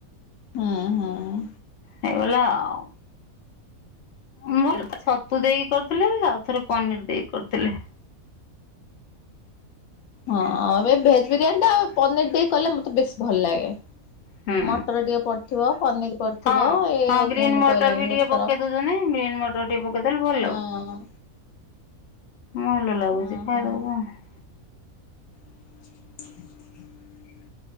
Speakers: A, on the left; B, on the left.
A: ହଁ, ହଁ।
B: ହେଇଗଲା ଆଉ। ଆମର ଛତୁ ଦେଇକି କରିଥିଲେ ଆଉ ଥରେ ପନିର୍ ଦେଇକି କରିଥିଲେ।
A: ହଁ ଆଉ ଏ ଭେଜ୍ ବିରିୟାନୀ ଟା ଆଉ ପନିର୍ ଦେଇ କଲେ ମୋତେ ବେଶ ଭଲ ଲାଗେ।
B: ହୁଁ।
A: ମଟର ଟିକେ ପଡିଥିବ ପନିରି କରିଥିବ
B: ହଁ
A: ଏ
B: ହଁ ଗ୍ରୀନ୍
A: ଗୁନୁ
B: ମଟର
A: କହିଲାଣି
B: ବି ଟିକେ
A: କେତେଥର
B: ପକେଇ ଦଉଛନ୍ତି ଗ୍ରୀନ୍ ମଟର ଟିକେ ପକେଇଦେଲେ ଭଲ
A: ହଁ।
B: ମଲ ଲାଗୁଛି
A: ହଁ
B: ଖାଇଦବୁ
A: ହଁ।
B: କଣ?
A: <inaudible>